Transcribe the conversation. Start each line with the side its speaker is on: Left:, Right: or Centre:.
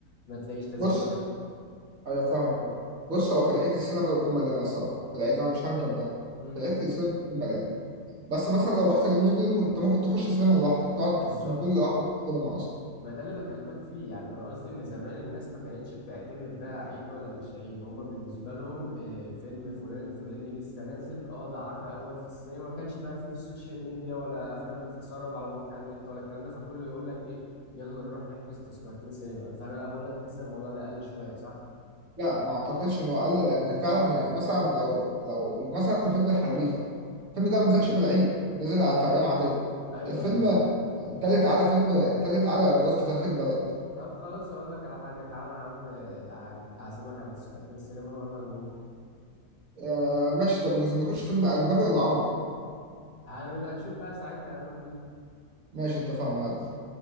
Left: ما تلاقيش تذاكر
Right: بص ايوه فاهمك بقى بص هو في العيد السينما بتكون مليانه الصراحه في العيد انا مش هنكر ده
Left: امم
Right: في العيد السينما بتكون مليانه بس مثلا لو رحت اليومين دول انت ممكن تخش السينما لوحدك تقعد
Left: بالظبط
Right: تكون لوحدك في السينما اصلا
Left: ما ده اللي بكلمك فيه يعني انا قصدي ان زمان الناس ما كانتش بتعتمد بقى عيد ولا مش عيد هما بالنسبه لهم آه، فيلم فلان الفلاني لسه نازل اه ده عرض اول في السينما ما كانش بقى فيه في السوشيال ميديا ولا افلام بتتسرب على مواقع النت ولا الكلام ده فكله يقول لك ايه يلا نروح نحجز تذكرتين سينما فانا بقول لك تحس ان الموضوع ده قل شويه صح
Right: لا ما اعتقدش انه اقل لان فعلا يعني مثلا لو لو مثلا فيلم الحريفه الفيلم ده ما
Left: امم
Right: نزلش في العيد نزل على- في ايام عاديه
Left: ايوه
Right: الفيلم
Left: ايوه
Right: تالت اعلى فيلم تالت اعلى ايرادات في تاريخ البلد
Left: طب خلاص اقول لك على حاجه تعالى يا عم آه، أعج- اعزمك على تذكرتين سينما ويلا نروح
Right: آه ماشي طب نخش فيلم اجنبي ولا عربي
Left: هنبقى نشوف بقى ساعتها يلا بينا
Right: ماشي اتفقنا يلا